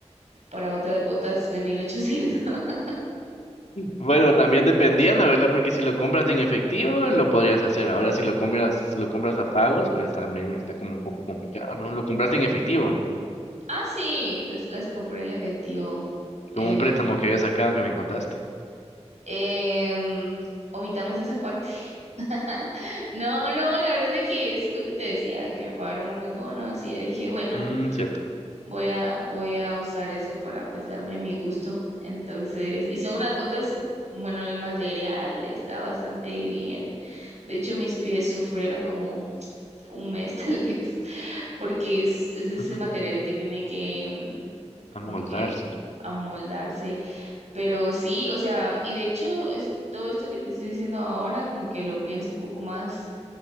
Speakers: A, on the right (about 75°); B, on the left (about 70°).
A: para otras botas de mil ochocientos <laughs>
B: Bueno, también dependiendo, ¿verdad? Porque si lo compras en efectivo, lo podrías hacer. Ahora, si lo compras, lo compras a pagos, pues también está como un poco complicado, ¿no? Lo compraste en efectivo, ¿no?
A: Ah, sí, los- las compré en efectivo.
B: Como
A: eh,
B: un préstamo que había sacado que me contaste.
A: Em, omitamos esa parte. <laughs> No, no, la verdad es que es lo que te decía, que me pagaron unos bonos y yo dije, bueno,
B: Mm, cierto.
A: voy a, voy a usar eso para pues darme mi gusto. Entonces, y son unas botas, bueno, el material está bastante bien. De hecho, mis pies sufrieron como <tsk> un mes <laughs> tal vez, porque es, es de ese
B: Ujú.
A: material que tiene que mm,
B: Amoldarse.
A: como que amoldarse pero sí, o sea, y de hecho, es, todo esto que te estoy diciendo ahora, como que lo pienso un poco más